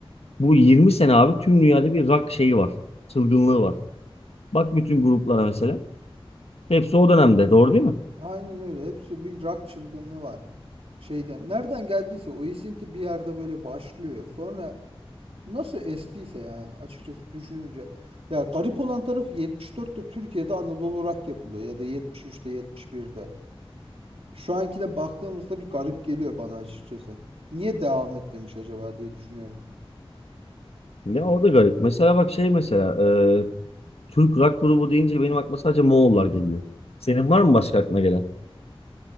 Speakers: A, on the left; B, on the right.
A: bu 20 sene abi tüm dünyada bir rock şeyi var. Çılgınlığı var. Bak bütün gruplara mesela. Hepsi o dönemde. Doğru değil mi?
B: aynen öyle. Hepsi bir rock çılgınlığı var. Şeyden nereden geldiyse o esinti bir yerde böyle başlıyor. Sonra nasıl estiyse yani açıkçası düşününce ya garip olan tarafı yetmiş dörtte Türkiye'de Anadolu rock yapılıyor ya da 73'te birde Şu ankine baktığımızda bir garip geliyor bana açıkçası. Niye devam etmemiş acaba diye düşünüyorum.
A: Ne Orada garip. Mesela bak şey mesela e, Türk rock grubu deyince benim aklıma sadece Moğollar geliyor. Senin var mı başka aklına gelen?